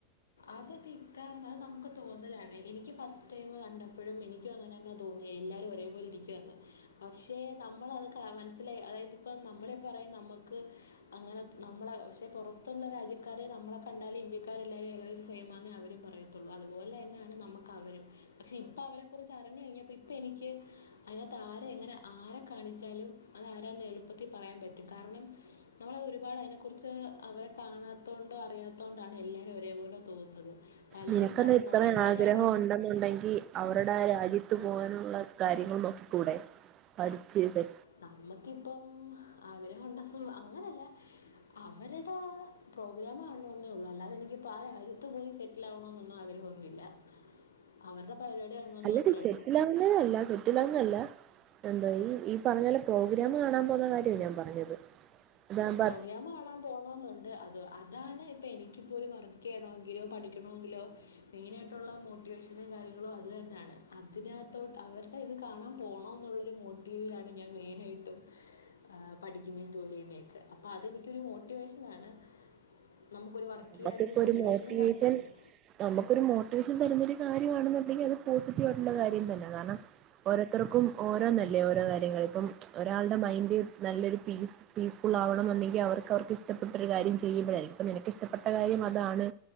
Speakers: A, on the left; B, on the right.
A: അത് ക്ലിക്കാവുന്ന അഹ് നമുക്ക് തോന്നലാണ് എനിക്ക് ഫസ്റ്റ് ടൈം കണ്ട പ്പഴും എനിക്കുങ്ങനെന്ന തോന്നിയേ എല്ലാരും ഒരേപോലിരിക്കുവാന്ന്. പക്ഷെ നമ്മൾ അതൊക്കെ അ മനസ്സിലായി അതായത് ഇപ്പോ നമ്മളെ പറയും നമ്മക്ക് അങ്ങനെ നമ്മളെ പക്ഷെ പൊറത്തുള്ള രാജ്യക്കാരെ നമ്മളെ കണ്ടാലും ഇന്ത്യക്കാരെല്ലാരും ഏകദേശ സെയ്മാന്നെ അവര് പറയത്തുള്ളൂ അതുപോലെന്നെയാണ് നമ്മക്ക് അവരും, പക്ഷെ ഇപ്പ അവരെ കുറിച്ച് അറിഞ്ഞ് കഴിഞ്ഞപ്പോ ഇപ്പ എനിക്ക് അയ്നകത്ത് ആരെ എങ്ങനെ ആരെ കാണിച്ചാലും അത് ആരാന്ന് എളുപ്പത്തി പറയാൻ പറ്റും കാരണം, നമ്മളത് ഒരുപാട് അതിനെക്കുറിച്ച് അവരെ കാണാത്തോണ്ടും അറിയാത്തോണ്ടാണ് എല്ലാരും ഒരേപോലെ തോന്നുന്നത് പലരും
B: നിനക്കെന്ന
A: പല
B: ഇത്ര
A: മുഖം എല്ലാവരും
B: ആഗ്രഹം ഉണ്ടെന്നുണ്ടെങ്കി അവരുടെ ആ രാജ്യത്ത് പോവാനുള്ള കാര്യങ്ങൾ നോക്കി കൂടെ പഠിച്ച് സെ
A: നമ്മക്കിപ്പം ആഗ്രഹുണ്ട അങ്ങനല്ല അവരുടെ പ്രോഗ്രാം ആണെന്നേള്ളൂ അല്ലാതെ എനിക്കിപ്പം ആ രാജ്യത്ത് പോയി സെറ്റിലാവണനൊന്നും ആഗ്രഹൊന്നു ഇല്ല അവരുടെ പരിപാടി കാണണമെന്ന്
B: അല്ലടി
A: മാത്രമേ
B: സെറ്റിലാവുന്നതല്ല
A: ഉള്ളൂ
B: സെറ്റിലാവുന്നതല്ല എന്താ ഈ ഈ പറഞ്ഞ പോലെ പ്രോഗ്രാം കാണാ പോന്ന കാര്യാ ഞാൻ പറഞ്ഞത് അതാകുമ്പോ
A: പ്രോഗ്രാം കാണാൻ പോണോന്നുണ്ട് അത് അതാണ് ഇപ്പ എനിക്കിപ്പൊരു വർക്ക് ചെയ്യണമെങ്കിലോ പഠിക്കണമെങ്കിലോ മെയിനായിട്ടുള്ള മോട്ടിവേഷനും കാര്യങ്ങളും അത് തന്നാണ്, അതിനകത്തോട്ട് അവരുടെ ഇത് കാണാൻ പൊണോന്നുള്ളൊരു മോട്ടീവിലാണ് ഞാൻ മെയിനായിട്ടും ഏഹ് പഠിക്കുന്നയും ജോലി ചെയ്യുന്നെയൊക്കെ അപ്പൊ അതെനിക്കൊരു മോട്ടിവേഷനാണ് നമുക്കൊരു വർക്ക്
B: നമുക്കിപ്പൊ
A: ചെയ്യാനൊരു മോട്ടിവേഷനും
B: ഒരു മോട്ടിവേഷൻ
A: കാര്യങ്ങളും ഉണ്ട്
B: നമുക്കൊരു മോട്ടിവേഷൻ തരുന്ന ഒരു കാര്യമാണെന്നുണ്ടെങ്കി അത് പോസിറ്റീവായിട്ടുള്ള കാര്യം തന്നെ കാരണം ഓരോത്തർക്കും ഓരോന്ന ല്ലേ ഓരോ കാര്യങ്ങള് ഇപ്പം ഒരാൾടെ മൈൻഡ് നല്ലൊരു പീസ് പീസ്ഫുൾ ആവണന്നുണ്ടെങ്കി അവർക്ക് അവർക്ക് ഇഷ്ടപ്പെട്ടൊരു കാര്യം ചെയ്യുമ്പഴായിരിക്കും ഇപ്പ നിനക്ക് ഇഷ്ടം ഇഷ്ടപ്പെ ട്ട കാര്യം അതാണ്